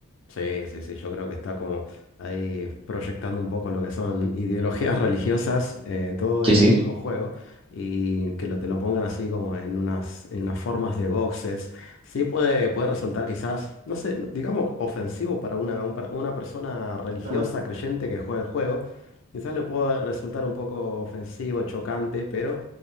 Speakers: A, on the left; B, on the right.
A: Sí, sí, sí, yo creo que está como ahí proyectando un poco lo que son ideologías religiosas, eh, todo
B: Sí,
A: en
B: sí.
A: un mismo juego, y que lo, te lo pongan así como en unas, en unas formas de boxes. Sí puede, puede resultar quizás, no sé, no- digamos ofensivo para una, un per- una persona religiosa,
B: Claro.
A: creyente que juega el juego. Quizás le pueda resultar un poco ofensivo, chocante, pero